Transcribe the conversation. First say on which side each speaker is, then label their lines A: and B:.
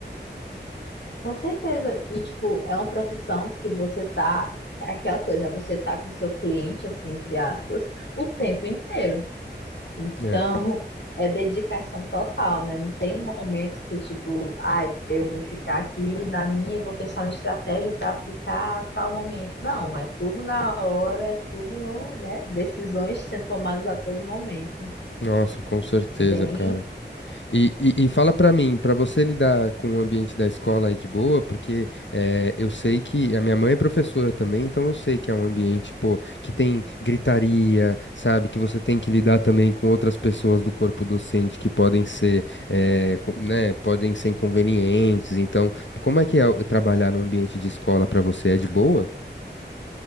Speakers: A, on the left (about 70°); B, on the left (about 85°).
A: com certeza. E, tipo, é uma profissão que você tá, é aquela coisa, você tá com seu cliente, assim, entre aspas, o tempo inteiro. Então,
B: É,
A: é dedicação total, né? Não tem um momento que, tipo, ah, eu vou ficar aqui na minha e vou pensar na estratégia para aplicar tal momento. Não, é tudo na hora, é tudo no, né? Decisões sendo tomadas a todo momento.
B: nossa, com certeza,
A: É bem,
B: cara. E, e- e fala pra mim, pra você lidar com o ambiente da escola aí de boa, porque eh, eu sei que a minha mãe é professora também, então eu sei que é um ambiente, pô, que tem gritaria, sabe? Que você tem que lidar também com outras pessoas do corpo docente que podem ser, eh, co- né, podem ser inconvenientes. Então, como é que é o- trabalhar no ambiente de escola pra você? É de boa?